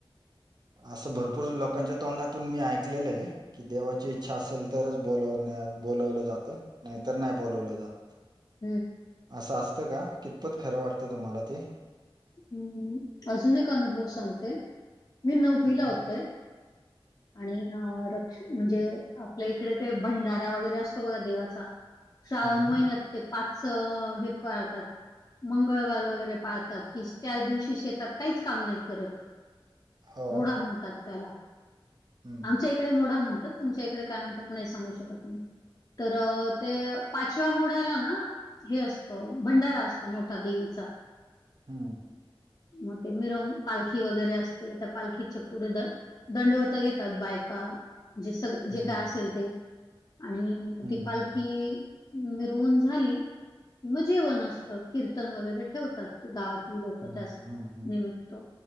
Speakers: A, on the right (about 50°); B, on the left (about 40°).
A: असं भरपूर लोकांच्या तोंडातून मी ऐकलेलं आहे. कि, देवाची इच्छा असेल तरच बोलवण बोलवलं जातं. नाहीतर नाही बोलवलं जात.
B: हम्म,
A: असं असतं का कितपत खरं वाटतं तुम्हाला ते.
B: हम्म हम्म, ह अजून एक अनुभव सांगते मी नववीला
A: हम्म
B: होते. आणि अ रक्ष म्हणजे. आपल्या इकडे ते भंडारा वगैरे असतो बघा देवाचा श्रावण
A: हम्म
B: महिन्यात. ते पाच हे पाळतात मंगळवार वगैरे पाळतात की, त्या दिवशी. शेतात काहीच काम नाही करत
A: हो
B: मोडा म्हणतात त्याला
A: हम्म
B: आमच्या एक. इकडे मोड म्हणतात तुमच्या इकडे काय म्हणतात नाही सांगू शकत तुम्ही तर ते. पाचव्या मोढ्याला ना हे असतो भंडारा असतो मोठा देवीचा.
A: हम्म.
B: मग ते मिरवनुक पालखी वगैरे असते त्या पालखीच्या पुढे द ''--'' दंडवत घेतात बायका जी सगळे. जे
A: हम्म
B: काय असेल ते आणि
A: हम्म
B: ती पालखी.
A: हम्म
B: मिरवून झाली की, मग जेवण असतं कीर्तन वगैरे ठेवतात गावात. लोक
A: हम्म
B: त्यास
A: हम्म
B: निमित्त.